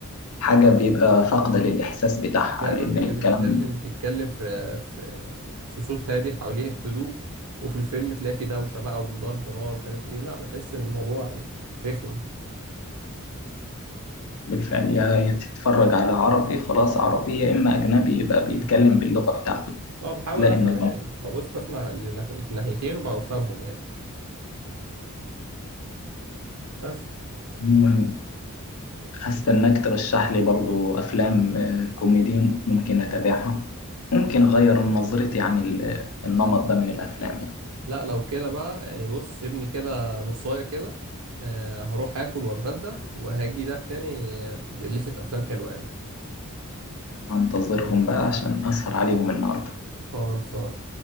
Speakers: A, on the left; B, on the right.
A: حاجة بيبقى فاقدة للإحساس بتاعها
B: ده
A: لأن
B: الراجل اللي
A: الكلام
B: بيتكلم بيتكلم في في في صوت هادي حواليه هدوء وفي الفيلم تلاقي فيه دوشة بقى وضرب نار ومش عارف ايه لا بحس ان الموضوع يعني رخم
A: بالفعل يا يا تتفرج على عربي خلاص عربي يا إما أجنبي يبقى بيتكلم
B: امم
A: باللغة بتاعته
B: اه بحاول
A: هتلاقي
B: افهم
A: إن
B: يعني ببص بسمع لناحية ناحيتين وبفهمهم يعني بس
A: عموماً هستناك ترشح لي برضو أفلام آه، كوميدي ممكن أتابعها ممكن أغير نظرتي عن ال- النمط ده من الأفلام يعني
B: لا لو كده بقى يعني بص سيبني كده نصاية كده آه هروح اكل واتغدى وهاجي لك تاني آه، بلستة افلام حلوة يعني
A: هنتظرهم بقى عشان أسهر عليهم النهاردة
B: خالص